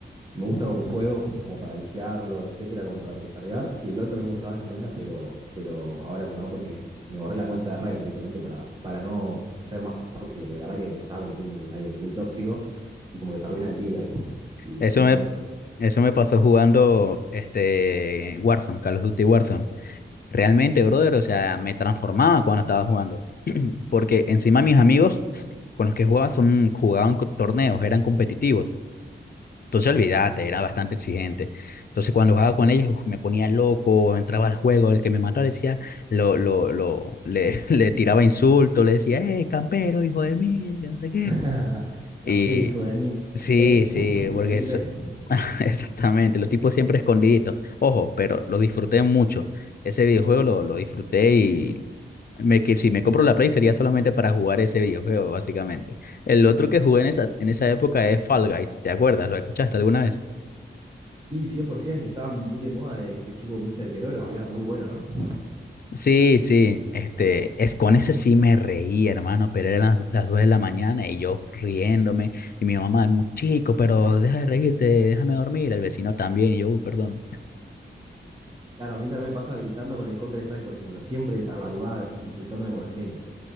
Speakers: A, on the right; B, on the left.
A: me gusta como juego, pu- como para viciarlo, etcétera, como para tryhardear. Y el LoL también me gustaba de esa manera, pero, pero ahora ya no, porque me borré la cuenta de Riot directamente para, para no ser más tóxico, porque la verdad que me estaba convirtiendo en alguien muy tóxico y como que te arruina el día, ¿viste? Y,
B: Eso
A: y no
B: me,
A: me gusta eso.
B: eso me pasó jugando este Warzone, Call of Duty Warzone. Realmente, brother, o sea, me transformaba cuando estaba jugando. <clears throat> Porque encima mis amigos con los que jugaba son, jugaban co- torneos, eran competitivos. Entonces, olvídate, era bastante exigente. Entonces, cuando jugaba con ellos, uf, me ponía loco, entraba al juego, el que me mató le decía, lo, lo, lo, le, <laughs> le tiraba insultos, le decía, eh, campero, hijo de mil, que no sé
A: <laughs> Campé,
B: qué.
A: hijo de mil
B: Sí,
A: P,
B: sí,
A: <laughs> hijo
B: porque
A: de mil
B: eso...
A: P.
B: <laughs> Exactamente, los tipos siempre escondiditos. Ojo, pero lo disfruté mucho. Ese videojuego lo, lo disfruté y me, que si me compro la Play sería solamente para jugar ese videojuego, básicamente. El otro que jugué en esa, en esa época es Fall Guys, ¿te acuerdas? ¿Lo escuchaste alguna vez?
A: Sí, 100%, que estaba muy de moda este chico Mr. Queroro, que era muy bueno, ¿no?
B: Sí, sí, este, es con ese sí me reía, hermano, pero eran las, las 2 de la mañana y yo riéndome y mi mamá, muy chico, pero deja de reírte, déjame dormir, el vecino también y yo, "Uy, perdón.
A: Claro, a mí también me pasa gritando con el Counter-Strike, por ejemplo, siempre a la madrugada insultándome con brasileños.